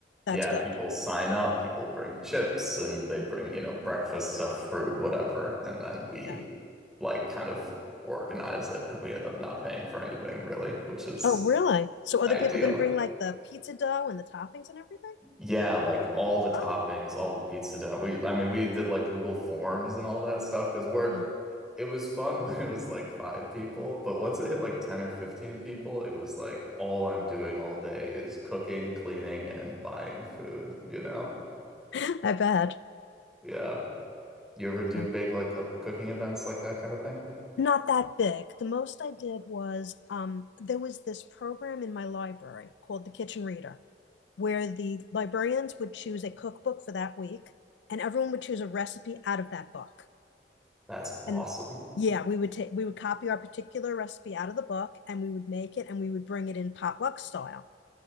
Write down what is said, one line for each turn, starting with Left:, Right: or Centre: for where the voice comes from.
Left: That's
Centre: Yeah,
Left: good.
Centre: people sign up, people bring chips and they bring, you know, breakfast stuff, fruit, whatever, and then we
Left: Okay.
Centre: like kind of organize it and we end up not paying for anything really, which is
Left: Oh, really? So other
Centre: ideal.
Left: people going to bring like the pizza dough and the toppings and everything?
Centre: Yeah, like all the toppings,
Left: Oh.
Centre: all the pizza dough. We I mean we did like Google Forms and all that stuff because we're
Left: Mm.
Centre: it was fun <laughs> when it was like five people, but once it hit like 10 or 15 people, it was like all I'm doing all day is cooking, cleaning, and buying food, you know?
Left: <laughs> I bet.
Centre: Yeah. You ever do
Left: Yeah.
Centre: big like uh, cooking events like that kind of thing?
Left: Not that big. The most I did was um, there was this program in my library called the Kitchen Reader, where the librarians would choose a cookbook for that week, and everyone would choose a recipe out of that book.
Centre: That's awesome.
Left: And yeah, we would take we would copy our particular recipe out of the book, and we would make it, and we would bring it in potluck style.